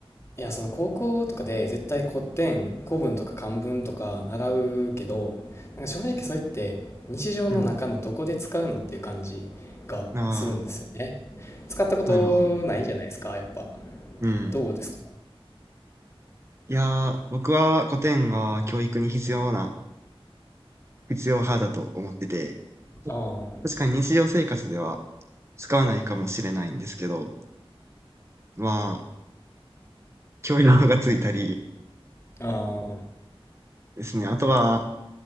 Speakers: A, on the left (about 25°); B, on the right (about 25°).
A: いや、その、高校とかで絶対古典、古文とか漢文とか習うけど、なんか正直それって日常の中のどこで使うのっていう感じがするんですよね。
B: うん。あ
A: 使ったことないじゃないですか、
B: あ、なるほど。
A: やっぱ。
B: うん。
A: どうですか？
B: いやー、僕は古典が教育に必要な、必要派だと思ってて、
A: あ
B: 確かに日常生活では使わないかもしれないんですけど、まあ、教養がついたり
A: あ、ああ、
B: ですね。あとは、